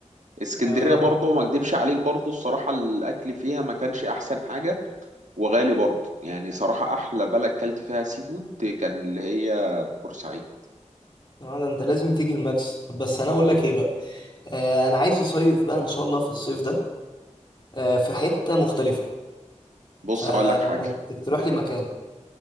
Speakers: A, on the right; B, on the left.
A: اسكندريه
B: اه
A: برضه ما اكدبش عليك برضه الصراحه الاكل فيها ما كانش احسن حاجه وغالي برضه يعني صراحه احلى بلد كلت فيها سي فود كان اللي هي بورسعيد
B: آه، ده انت لازم تيجي الماكس طب بس انا اقول لك ايه بقى آه انا عايز اصيف بقى ان شاء الله في الصيف ده آه في حتة مختلفة
A: بص
B: فما
A: اقول لك حاجه
B: تقترح لي مكان